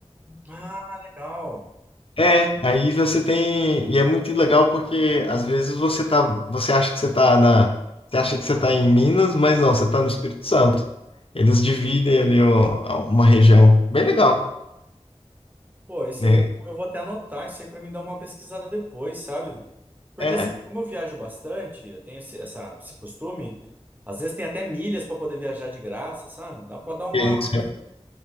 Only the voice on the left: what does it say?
É, aí você tem, e é muito legal porque às vezes você tá, você acha que você tá na, você acha que você tá em Minas, mas não, você tá no Espírito Santo. Eles dividem ali o- a- uma região bem legal,
né?
É,
é, isso é,